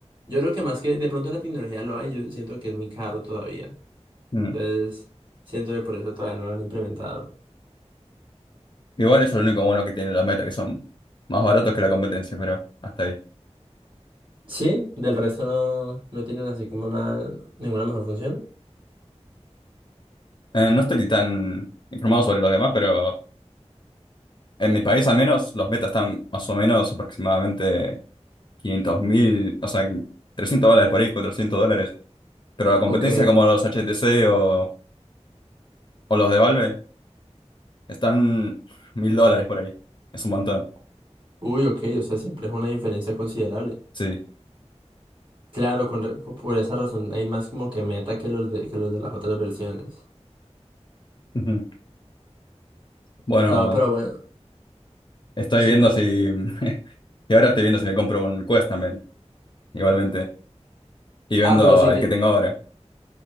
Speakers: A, on the right (about 45°); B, on the left (about 45°).
A: Yo creo que más que de pronto la tecnología lo hay, yo siento que es muy caro todavía.
B: <laughs>
A: Entonces, siento que por eso todavía no lo han implementado.
B: Igual eso es lo único bueno que tienen los meta, que son más baratos que la competencia, pero hasta ahí.
A: Sí, del resto no, no tienen así como una, ninguna mejor función.
B: Eh, no estoy tan informado sobre los demás, pero en mi país al menos los metas están más o menos aproximadamente 500 mil, o sea, 300 dólares por ahí, 400 dólares. Pero la competencia
A: Ok.
B: como los HTC o, o los de Valve están mil dólares por ahí. Es un montón,
A: Uy, ok, o sea, siempre es una diferencia considerable.
B: sí.
A: Claro, con re- por esa razón hay más como que meta que los de, que los de las otras versiones.
B: Ujú. Bueno,
A: No, pero bueno,
B: estoy
A: ¿sí
B: viendo
A: cuenta?
B: si... <laughs> Y ahora estoy viendo si me compro un Quest también, igualmente. Y vendo
A: Ah, pero sí
B: el
A: que,
B: que tengo ahora.